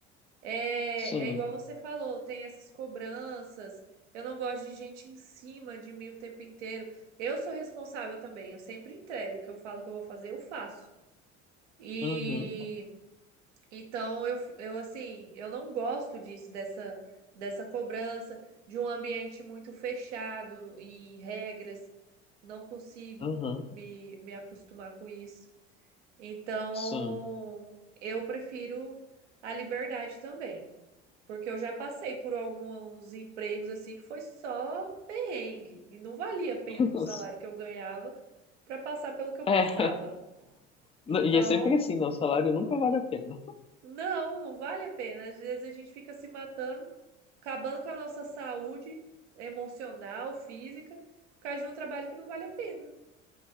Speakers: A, on the right; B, on the left.
A: É,
B: sim.
A: é igual você falou, tem essas cobranças. Eu não gosto de gente em cima de mim o tempo inteiro. Eu sou responsável também, eu sempre entrego o que eu falo que eu vou fazer, eu faço. E
B: Uhum,
A: então, eu, eu assim, eu não gosto disso, dessa, dessa cobrança, de um ambiente muito fechado em regras. Não consigo
B: uhum,
A: me, me acostumar com isso. Então,
B: sim.
A: eu prefiro a liberdade também. Porque eu já passei por alguns empregos assim que foi só perrengue. E não valia a pena
B: <laughs>
A: o salário que eu ganhava para passar pelo que eu passava.
B: É, Não,
A: Então,
B: E é sempre assim, né? O salário nunca vale a pena.
A: não, não vale a pena. Às vezes a gente fica se matando acabando com a nossa saúde emocional, física, por causa de um trabalho que não vale a pena, por